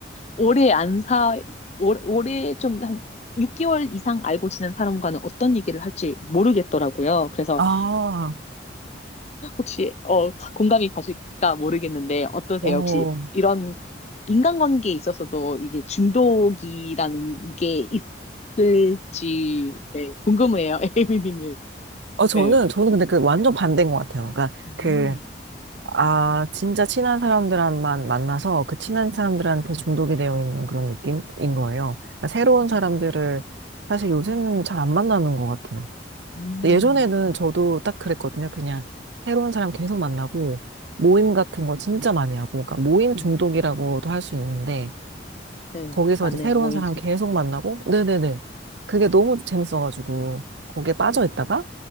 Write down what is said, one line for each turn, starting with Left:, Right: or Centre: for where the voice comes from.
Left: 오래 안 사, 오래, 오래 좀 한 6개월 이상 알고 지낸 사람과는 어떤 얘기를 할지 모르겠더라고요. 그래서
Right: 아,
Left: 혹시 어 공감이 가실까 모르겠는데 어떠세요?
Right: 어,
Left: 혹시 이런 인간관계에 있어서도 이게 중독이라는 게 있을지 네, 궁금해요. <laughs> 에이비님은
Right: 어, 저는,
Left: 네.
Right: 저는 근데 그 완전 반대인 것 같아요. 그러니까
Left: 음,
Right: 그, 아, 진짜 친한 사람들만 만나서 그 친한 사람들한테 중독이 되어 있는 그런 느낌인 거예요. 그러니까 새로운 사람들을 사실 요새는 잘 안 만나는 것 같아요.
Left: 음,
Right: 근데 예전에는 저도 딱 그랬거든요. 그냥 새로운 사람 계속 만나고 모임 같은 거 진짜 많이 하고, 그러니까 모임 중독이라고도
Left: 음,
Right: 할 수 있는데,
Left: 네,
Right: 거기서
Left: 맞네요.
Right: 이제 새로운
Left: 모임
Right: 사람
Left: 중독.
Right: 계속 만나고, 네네네. 그게 너무 재밌어가지고, 거기에 빠져 있다가,